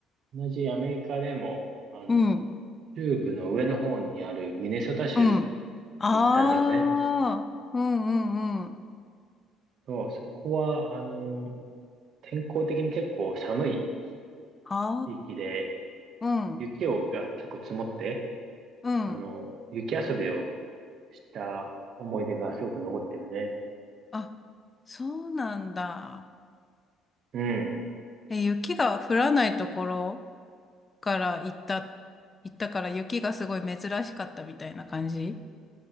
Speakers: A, on the right; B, on the left.
A: 同じアメリカでも、あの、
B: うん、
A: 中部の上の方にあるミネソタ州
B: うん。ああ、
A: に行ったんだよね。
B: うん、うん、うん。
A: そう、そこは、あの、天候的に結構寒い
B: あ
A: 地域で、
B: あ、うん、
A: 雪をが結構積もって、
B: うん。
A: あの、雪遊びをした思い出がすごく残ってるね。
B: あ、そうなんだ。
A: うん。
B: え、雪が降らないところから行った、行ったから雪がすごい珍しかったみたいな感じ